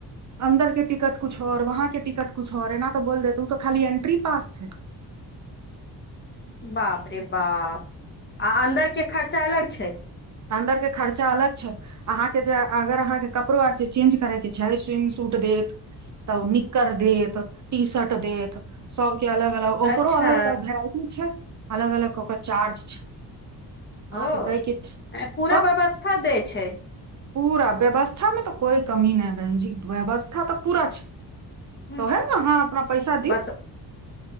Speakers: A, on the right (about 45°); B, on the left (about 25°).
A: अन्दर के टिकट कुछ आओर वहाँके टिकट कुछ आओर बोल देत उ तऽ खाली एन्ट्री पास छै
B: बाप रे बाप आ अन्दर के खर्चा अलग छै
A: अन्दर के खर्चा अलग छै अहाँ के जे अगर अहाँके कपड़ो आर जे चेंज करे के छै स्विम सूट देत तऽ निक्कड़ देत टी शर्ट देत सब अलग अलग ओकरो
B: अच्छा
A: अलग अलग वेराइटी छै अलग अलग ओकर चार्ज छै
B: ओ
A: अहाँके दै के
B: मने पूरा
A: तऽ
B: व्यवस्था दै छै
A: पूरा व्यवस्थामे तऽ कोइ कमी नहि बहनजी व्यवस्था तऽ पूरा छै
B: ह
A: तऽ ओहे ने अहाँ अपना पैसा दिब
B: बस